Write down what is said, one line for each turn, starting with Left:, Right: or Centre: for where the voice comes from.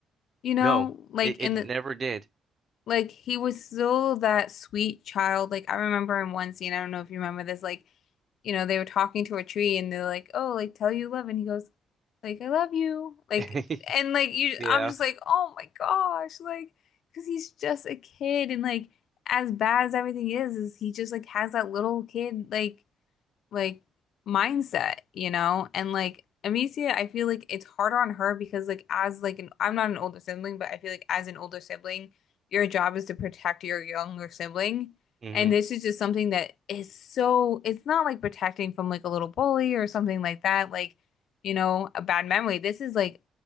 Left: you know?
Right: No,
Left: Like
Right: it, it
Left: in the
Right: never did.
Left: like he was still that sweet child. Like I remember in one scene, I don't know if you remember this, like, you know, they were talking to a tree and they're like, Oh, like tell you love and he goes, like, I love you. Like
Right: <laughs>
Left: and like you
Right: Yeah.
Left: I'm just like, oh my gosh, like because he's just a kid and like as bad as everything is, is he just like has that little kid like like mindset, you know? And like Amicia, I feel like it's harder on her because like as like an I'm not an older sibling, but I feel like as an older sibling, your job is to protect your younger sibling.
Right: Mm-hmm.
Left: And this is just something that is so it's not like protecting from like a little bully or something like that, like, you know, a bad memory. This is like